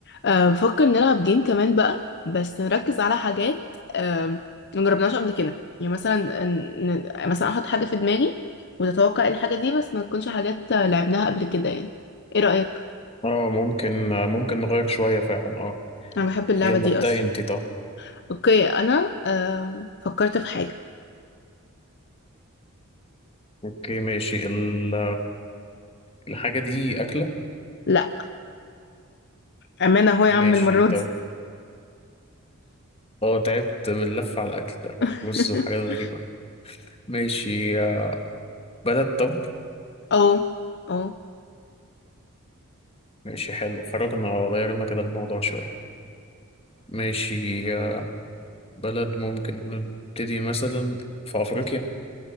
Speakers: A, on the left (about 50°); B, on the left (about 25°).
A: أه بفكر نلعب جيم كمان بقى بس نركز على حاجات أه مجربناهاش قبل كده يعني مثلا ن- ن- مثلا احط حاجة في دماغي وتتوقع إيه الحاجة دي بس ما تكونش حاجات آه، لعبناها قبل كده يعني ايه رأيك
B: اه ممكن ممكن نغير شوية فعلا اه
A: انا بحب اللعبة
B: يلا
A: دي
B: ابدأي
A: اصلا
B: انت طب
A: اوكي انا أه فكرت في حاجة
B: اوكي ماشي ال- الحاجة دي أكلة
A: لا امانة اهو يا
B: ماشي
A: عم المرة
B: طب
A: دي
B: اه تعبت من اللف على الأكل ده
A: <laughs>
B: رز وحاجات غريبة ماشي آه، بلد طب
A: اه اه
B: ماشي حلو خرجنا غيرنا كده الموضوع شوية ماشي آه، بلد ممكن نبتدي مثلا في أفريقيا